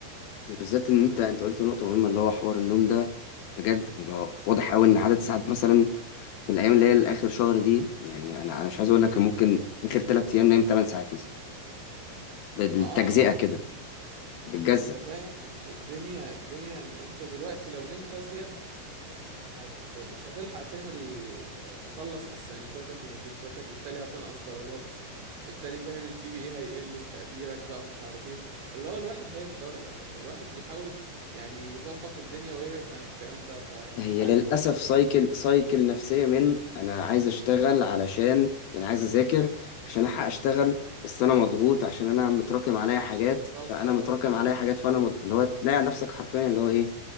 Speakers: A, on the left; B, on the right.
A: بالذات ان انت انت قلت نقطه مهمه اللي هو حوار النوم ده بجد يبقى واضح
B: امم
A: قوي ان عدد ساعات مثلا في الايام اللي هي الاخر شهر دي يعني انا انا مش عايز اقول لك ممكن اخر ثلاث ايام نايم 8 ساعات مثلا بالتجزئه
B: ما اه ما
A: كده بتجزأ
B: ما انت فاهم الدنيا الدنيا انت دلوقتي لو نمت ازيد هت مش هتلحق تعمل آه، تخلص اسايمنتاتك وبروجكتاتك بالتالي هتنقص درجات بالتالي فاهم الجي بي اي هيقل وتقديرك بقى ومش عارف ايه اللي هو الواحد هيتضرر يعني الواحد بيحاول يعني يظبط الدنيا ويبعد عن الكلام ده فيعني
A: هي
B: مش عارف
A: للاسف
B: والله
A: سايكل سايكل نفسيه من
B: مم،
A: انا عايز اشتغل علشان يعني عايز اذاكر عشان الحق اشتغل بس انا مضغوط عشان انا متراكم عليا حاجات
B: بالظبط
A: فانا
B: اه
A: متراكم عليا حاجات فانا مضغوط اللي هو تلاقي نفسك حرفيا اللي هو ايه